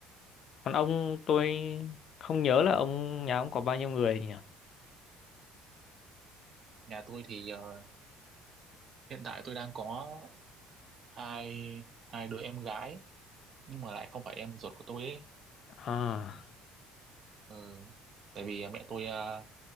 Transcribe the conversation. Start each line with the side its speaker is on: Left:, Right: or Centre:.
Left: còn ông tôi không nhớ là ông nhà ông có bao nhiêu người nhỉ
Right: nhà tôi thì ờ, hiện tại tôi đang có hai hai đứa em gái nhưng mà lại không phải em ruột của tôi ấy
Left: à
Right: ừ. tại vì mẹ tôi ờ,